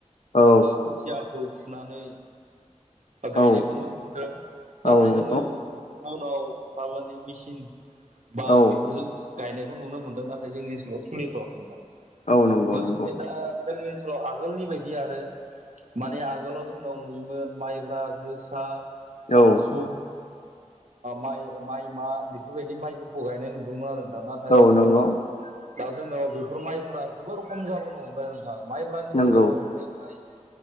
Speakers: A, on the left; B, on the right.
A: औ
B: खोथिया खौ फुनानै गायनायखौ
A: औ
B: नुनो मोनदों नाथाय
A: औ नंगौ
B: जोङो उनाव दामानि मेसिन बा
A: औ
B: बेफोरजों गायनायखौ नुनो मोनो। नाथाय जोंनि ओनसोलाव सोलिथवाखै नोंथां
A: औ नंगौ
B: लोगोसेनो
A: नंगौ
B: दा जोंनि ओनसोलाव आगोलनि बायदि आरो माने आगोलाव जोंनाव नुयोमोन माइब्रा जोसा
A: औ
B: आसु माइ माइमा बेफोरबायदि माइफोरखौ गायनाय नुदोंमोन आरो न नाथाय
A: औ
B: आथिखालाव
A: नंगौ
B: दा जोंनियाव बेफोर माइफोरा जोबोर खम जाबोनो हमबाय माइब्रानि जायगायावब
A: नंगौ
B: ब्लेक राइस